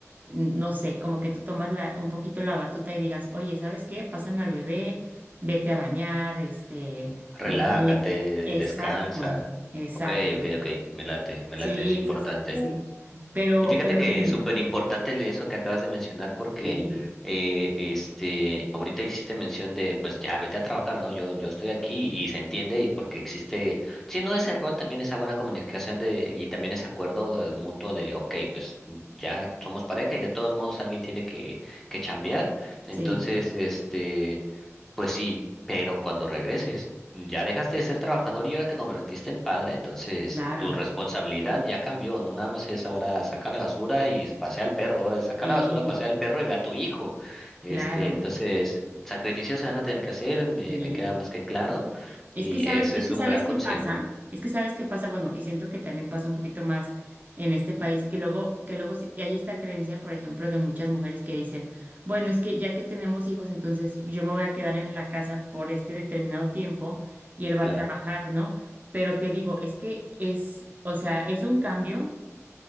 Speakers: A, on the right; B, in the centre.
A: n- no sé, como que tú tomas la- un poquito la batuta y digas, oye, ¿sabes qué? Pásame al bebé, vete a bañar, este,
B: relájate,
A: no sé. Exacto,
B: descansa.
A: exacto.
B: Ok, ok, ok, me late, me
A: Sí,
B: late, es importante.
A: sí, sí, sí. sí. Pero,
B: Y fíjate
A: pero
B: que
A: dime,
B: es súper importante eso que acabas de mencionar porque
A: sí,
B: eh, este ahorita hiciste mención de pues ya vete a trabajar, ¿no? Yo, yo estoy aquí y se entiende y porque existe, si no ese rol, también esa buena comunicación de, y también ese acuerdo eh, mutuo de ok, pues ya somos pareja y de todos modos alguien tiene que, que chambear. Entonces,
A: sí,
B: este pues sí, pero cuando regreses, ya dejaste de ser trabajador y ahora te convertiste en padre, entonces
A: claro,
B: tu responsabilidad ya cambió, no nada más es ahora saca la basura y pasea al perro, ahora es saca
A: sí,
B: la basura, pasea al perro y ve a tu hijo. Este,
A: claro,
B: entonces, sacrificios se van a tener que hacer, me,
A: sí.
B: me queda más que claro,
A: Es
B: y
A: que sabes,
B: ese
A: es
B: es
A: que
B: un
A: sabes
B: gran consejo,
A: qué pasa, es que sabes qué pasa, bueno, y siento que también pasa un poquito más en este país, que luego, que luego sí- hay esta creencia, por ejemplo, de muchas mujeres que dicen, bueno, es que ya que tenemos hijos, entonces yo me voy a quedar en la casa por este determinado tiempo y él
B: claro.
A: va a trabajar, ¿no? Pero te digo, es que es, o sea, es un cambio